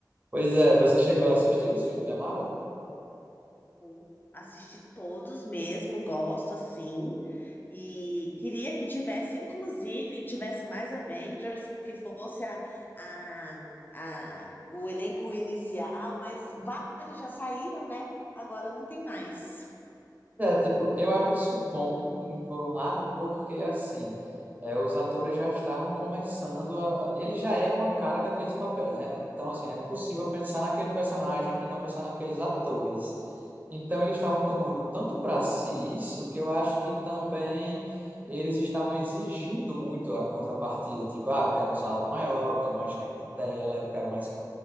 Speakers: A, on the right (about 25°); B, on the left (about 25°).
A: Pois é, você chegou a assistir os filmes da Marvel?
B: Tipo, Assisti todos mesmo, gosto assim. E queria que tivesse, inclusive, que tivesse mais Avengers, que fosse a, a, a, o elenco inicial, mas vários já saíram, né? Agora não tem mais.
A: É, tipo, eu acho isso bom, em- por um lado, porque, assim, é, os atores já estavam começando a... Eles já eram a cara daqueles papéis, né? Então, assim, era impossível pensar naquele personagem e não pensar naqueles atores. Então, eles estavam tomando tanto para si isso, que eu acho que também eles estavam exigindo muito a contrapartida. Tipo, ah, eu quero um salário maior, eu quero mais tempo de tela, eu quero mais...